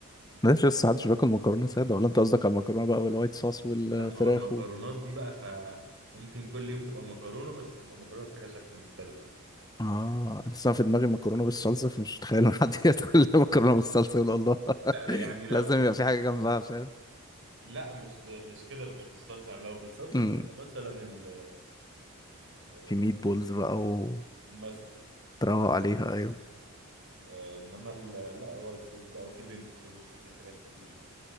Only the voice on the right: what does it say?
ممكن
يعني.
لا ما هو المكرونات
دي بقى فممكن كل يوم تبقى مكرونة بس تبقى مكرونة بحاجة شكل مختلف
لا يعني لو
لا مش ب... مش كده مش بالصلصه يعني لو بالصلصه
تبقى مثلا ال آه،
مثلا
آه، انما ال... لا وايت صوص بقى وفي بينك صوص وفي حاجات كتير